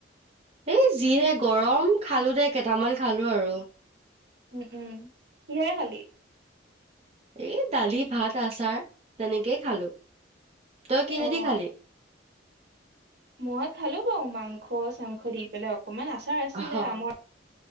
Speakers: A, on the right; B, on the right.
A: এই যিহে গৰম খালো দে কেইটামান খালো আৰু
B: উম উম কিহেৰে খালি
A: এই দালি ভাত আচাৰ তেনেকেই খালো তই কিহেদি
B: অ
A: খালি
B: মই খালো বাৰু মাংস চাংস দি পেলাই অ অকমান আচাৰ আছিলে
A: অ',
B: আমৰ